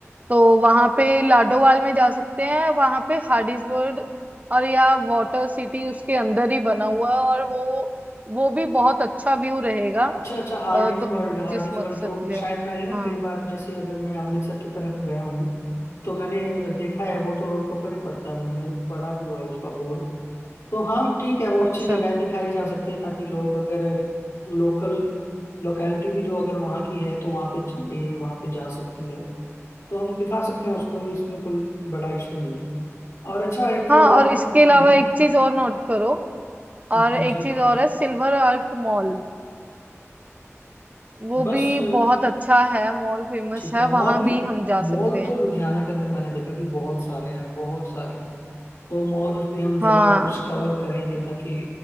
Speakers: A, on the right; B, on the left.
A: तो वहां पे लाडोवाल में जा सकते हैं वहां पे हार्डीज वर्ड और या वाटर सिटी उसके अंदर ही बना हुआ है और वो वो भी बहुत अच्छा व्यू रहेगा
B: अच्छा अच्छा हार्डीज
A: अ, तो
B: वर्ल्ड हार्डीज
A: जिस मकसद
B: वर्ल्ड तो
A: के लिए
B: शायद
A: आ रहे हो।
B: मैंने ना
A: हाँ
B: कई बार जैसे अगर मैं अमृतसर की तरफ गया हूँ तो मैंने देखा है वो तो रोड के ऊपर ही पड़ता है वो मैंने पढ़ा भी हुआ है उसका बोर्ड तो हाँ ठीक है वो
A: अच्छा
B: अच्छी जगह है दिखाई जा सकती है ताकि लोग अगर लोकल लोकेलिटी भी जो अगर वहाँ की है तो वहाँ पे जाए वहाँ पे जा सकती है तो हम दिखा सकते हैं उसको भी इसमें कोई बड़ा इशू नहीं है और अच्छा एक
A: हाँ
B: वहाँ
A: और इसके अलावा
B: हम्म,
A: एक चीज और नोट करो
B: हम्म,
A: और एक
B: हाँ जी
A: चीज और है सिल्वर आर्क मॉल वो
B: बस
A: भी बहुत अच्छा है मॉल फेमस
B: ठीक
A: है
B: है मॉल
A: वहां
B: भी
A: भी हम जा
B: मॉल
A: सकते हैं
B: तो लुधियाना के अंदर मैंने देखा कि बहुत सारे हैं बहुत सारे हैं तो मॉल भी हम जरूर
A: हाँ
B: कुछ कवर करेंगे ताकि